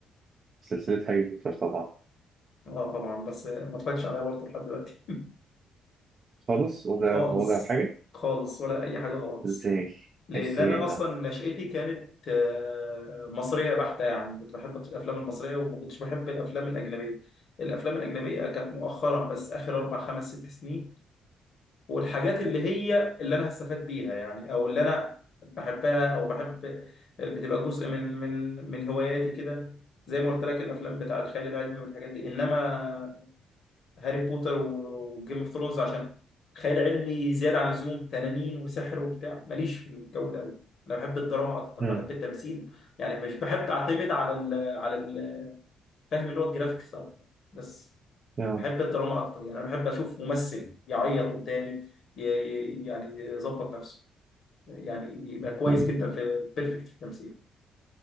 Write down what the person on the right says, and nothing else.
سلسلة هاري بوتر طبعا
خالص ولا
ولا حاجة
إزاي
إزاي
يا
عم
يا رب
طيب